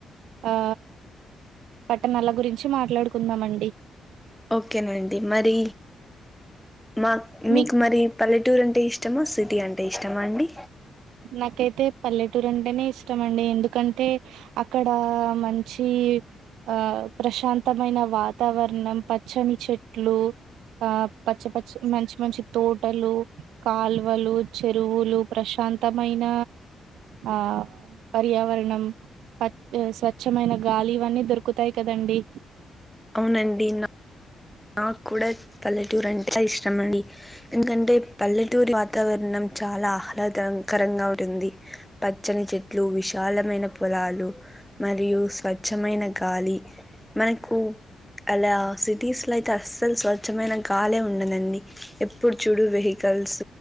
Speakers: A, on the right; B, in the centre.
A: ఆ పట్టణాల గురించి మాట్లాడుకుందాం అండి
B: ఓకేనండి మరి మా మీకు
A: మీ
B: మరి పల్లెటూరు అంటే ఇష్టమా సిటీ అంటే ఇష్టమా అండి
A: నాకైతే పల్లెటూరు అంటేనే ఇష్టయండి ఎందుకంటే అక్కడ మంచి ఈ ఆ ప్రశాంతమైన వాతావరణం పచ్చని చెట్లు ఆ పచ్చపచ్చి మంచి మంచి తోటలు కాల్వలు చెరువులు ప్రశాంత త్తమైన ఆ పర్యావరణం ప స్వచ్ఛమైన గాలి ఇవన్నీ దొరుకుతాయి కదా అండి
B: అవునండి నా నాకు కూడా పల్లెటూరు అంటే చాలా ఇష్టం అండి ఎందుకంటే పల్లెటూరి వాతావరణం చాలా ఆహ్లాదకరంగా ఉంటుంది పచ్చని చెట్లు విశాలమైన పొలాలు మరియు స్వచ్ఛమైన గాలి మనకు అలా సిటీస్ ఇలా అయితే అస్సలు స్వచ్ఛమైన గాలే ఉండదండి ఎప్పుడు చూడు వెహికల్స్